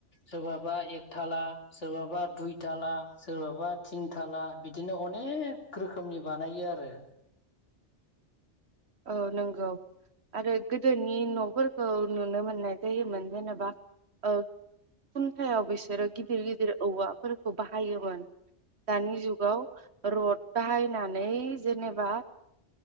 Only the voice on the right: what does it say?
औ नंगौ आरो गोदोनि न' फोरखौ नुनो मोननाय जायोमोन। जेनेबा ओ खुन्थायाव बिसोरो गिदिर गिदिर औवाफोरखौ बाहायोमोन। दानि जुगाव रड बाहायनानै जेनेबा